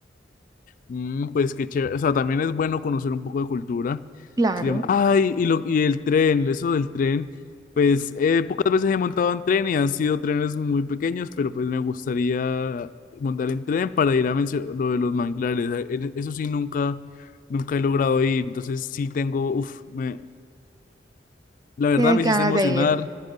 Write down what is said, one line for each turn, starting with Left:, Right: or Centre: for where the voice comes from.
Left: Mm, pues qué chévere. O sea, también es bueno conocer un poco de cultura.
Right: Claro,
Left: Se llama- Ay, y, lo, y el tren, eso del tren. Pues eh, pocas veces he montado en tren y han sido trenes muy pequeños, pero pues me gustaría montar en tren para ir a mencio- lo de los manglares. Eh, en- Eso sí, nunca, nunca he logrado ir. Entonces sí tengo, uf, me, la verdad
Right: tienes
Left: me
Right: ganas
Left: hiciste emocionar.
Right: de ir.